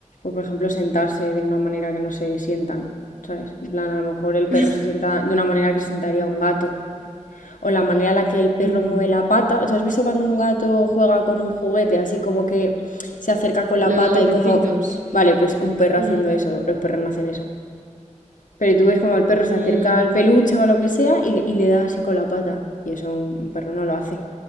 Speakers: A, on the left; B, on the right.
A: O por ejemplo, sentarse de una manera que no se sientan, ¿sabes? En plan, a lo mejor el
B: <laughs>
A: perro se sienta de una manera que se sentaría un gato. O la manera en la que el perro
B: Mm,
A: mueve la pata. ¿Tú has visto cuando un gato juega con un juguete, así como que se acerca con la
B: Le da
A: pata
B: golpecitos.
A: y como... Vale, pues un perro
B: Mm,
A: haciendo eso, los perros no hacen eso. Pero tú ves como el perro se
B: mm.
A: acerca al peluche o a lo que sea y, y le da así con la pata. Y eso un, un perro no lo hace.